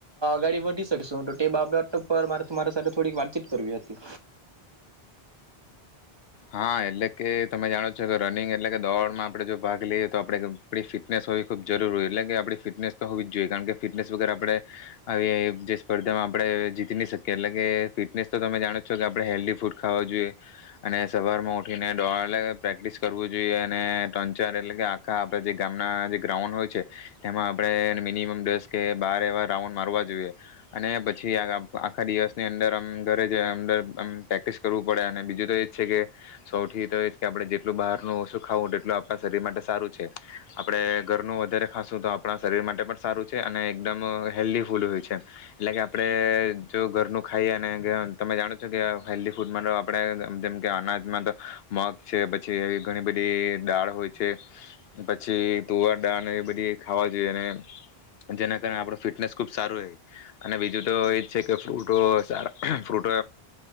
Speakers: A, on the right; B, on the left.
A: ગાડી વધી શકશું તો તે બાબટ પર મારે તમારા સાથે થોડીક વાતચીત કરવી હતી.
B: હા એટલે કે તમે જાણો છો કે રનિંગ એટલે કે દોડમાં આપણે જો ભાગ લઈએ તો આપણે આપણી ફિટનેસ હોવી ખૂબ જરૂર હોય એટલે કે આપણી ફિટનેસ તો હોવી જ જોઈએ, કારણ કે ફિટનેસ વગર આપણે અહ જે સ્પર્ધામાં આપણે જીતી નહી શકીએ એટલે કે ફિટનેસ તો તમે જાણો છો કે આપણે હેલ્ધી ફૂડ ખાવા જોઈએ, અને સવારમાં ઉઠીને દોઆલે પ્રેક્ટિસ કરવું જોઈએ, અને ત્રણ ચાર એટલે કે આખા આપણા જે ગામના જે ગ્રાઉન્ડો હોય છે એમાં આપણે મિનિમમ દસ કે બાર એવા રાઉન્ડ મારવા જોઈએ, અને પછી આ આખા દિવસની અંદર અમ ઘરે જ અંદરમ પ્રેક્ટિસ કરવું પડે અને બીજું તો એ જ છે કે સૌથી તો એ કે આપણે જેટલું બહારનું ઓછુંખાવું તેટલું આપણા શરીર માટે સારું છે. આપણે ઘરનું વધારે ખાશું તો આપણા શરીર માટે પણ સારું છે, અને એકદમ હેલ્ધી ફૂડ હોય છે, એટલે કે આપણે જો ઘરનું ખાઈએ અને ગ્ર તમે જાણો છો કે હેલ્ધી ફૂડ માટે આપણે જેમ કે અનાજ માં તો મગ છે, પછી એવી ઘણી બધી દાળ હોય છે, પછી તુવાર દાળ એવી બધી ખાવા જોઈએ, અને જેના કારણે આપણું ફિટનેસ ખુબ સારું રહે અને બીજું તો એજ છે કે ફ્રૂટો સારા ફ્રૂટો